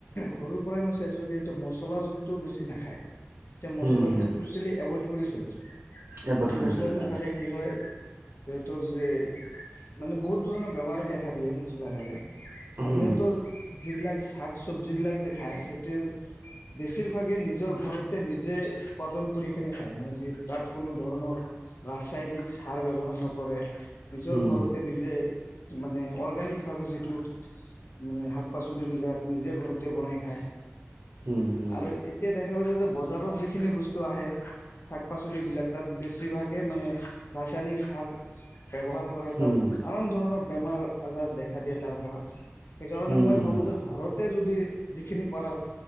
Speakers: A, on the left; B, on the right.
A: সৰুৰ পৰাই মই চাইছো যে মছলা জোখটো বেছি নাখায়। এতিয়া মচলাটো
B: হুম হুম
A: টোটেলি এভইড কৰিছিলে,
B: এবৰ্ড
A: মানে
B: কৰিছিলে
A: মছলাটো
B: ৰাইট
A: খালে কি হয়, সিহঁতৰ যে, মানে বহুত ধৰণৰ বেমাৰে দেখা দিয়ে, মছলা খালে। আৰু
B: হুম
A: সিহঁতৰ যিবিলাক শাক চবজি বিলাক যে খাই সিহঁতে বেছিভাগে নিজৰ ঘৰতে নিজে উৎপাদন কৰি কেনে মানে যিটো, তাত কোনো ধৰণৰ, ৰাসায়নিক সাৰ ব্যৱহাৰ নকৰে। নিজৰ
B: হুম
A: ঘৰতে নিজে, মানে অৰ্গেনিক ভাৱে যিটো মানে শাক পাচলিবলাক নিজে ঘৰতে বনাই খায়।
B: হুম হুম
A: আৰু এতিয়া দেখা গৈছে যে বজ বজাৰত যিখিনি বস্তু আহে, শাক পাচলি বিলাক তাত বেছিভাগে মানে ৰাসায়নিক সাৰ, ব্যৱহাৰ কৰে
B: হুম
A: তাত নানান ধৰণৰ বেমাৰ আজাৰ দেখা দিয়ে তাৰ পৰা। সেইকাৰণে
B: হুম
A: মই
B: হুম
A: ভাবো যে ঘৰতে যদি, যিখিনি পৰা